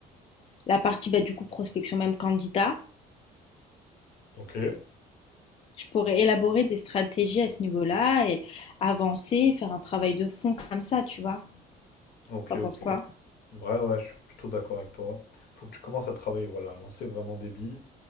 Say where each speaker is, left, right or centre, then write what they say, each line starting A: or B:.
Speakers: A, on the left (about 35°); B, on the left (about 70°).
A: la partie bah, du coup prospection même candidat.
B: Ok,
A: Je pourrais élaborer des stratégies à ce niveau-là et avancer, faire un travail de fond comme ça, tu vois.
B: ok,
A: T'en penses
B: ok.
A: quoi?
B: Ouais, ouais, je suis plutôt d'accord avec toi. Faut que tu commences à travailler, voilà, lancer vraiment des billes,